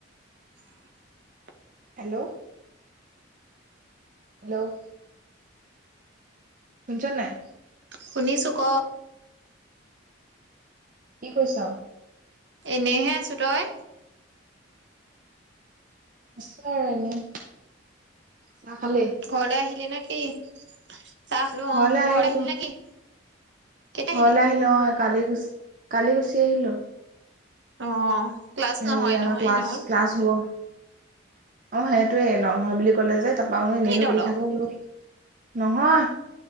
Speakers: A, on the right; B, on the right.
A: <unintelligible>
B: Hello hello শুনিছনে নাই
A: শুনিছো ক
B: কি কৰিছ?
A: এনেহে আছো তই
B: আছো আৰু এনেই চাহ খালি?
A: ঘৰলে আহিলি নে কি, চাহ খালো
B: ঘৰলে
A: অ'
B: আহিলো,
A: ঘৰ আহিলি নেকি? কেতিয়া আহিলি
B: ঘৰলে আহিলো অ কালি গুচ কালি গুচি আহিলো।
A: অ' ক্লাছ
B: হেৰি
A: নহয়
B: আমাৰ
A: নহয়
B: ক্লাছ
A: এনেও
B: ক্লাছ হ'ব। অ সেইটোয়ে নহয় বুলি কলে যে তাৰ পৰা এনেইনো
A: নি তহঁতৰ
B: কেলে থাকো বোলো নহয়